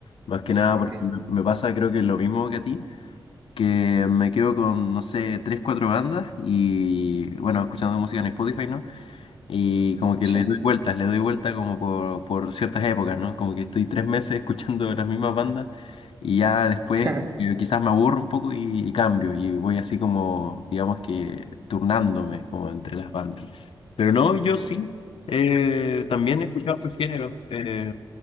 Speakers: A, on the left; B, on the right.
A: Más que nada
B: Ok,
A: porque me me pasa, creo que es lo mismo que a ti, que me quedo con, no sé, tres, cuatro bandas y, bueno, escuchando música en Spotify, ¿no? Y como que
B: sí.
A: les doy vueltas, le doy vuelta como por, por ciertas épocas, ¿no? Como que estoy tres meses <laughs> escuchando las mismas bandas y ya después
B: <laughs>
A: eh, quizás me aburro un poco y, y cambio y voy así como, digamos que turnándome como entre las bandas. Pero no, yo sí, eh, también he escuchado otros géneros. eh,